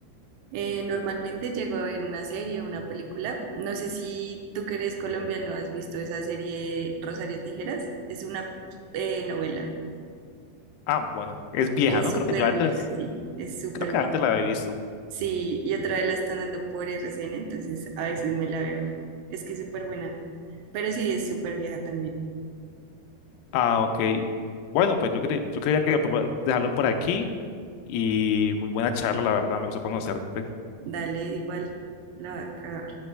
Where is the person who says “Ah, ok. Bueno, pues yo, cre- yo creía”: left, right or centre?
Left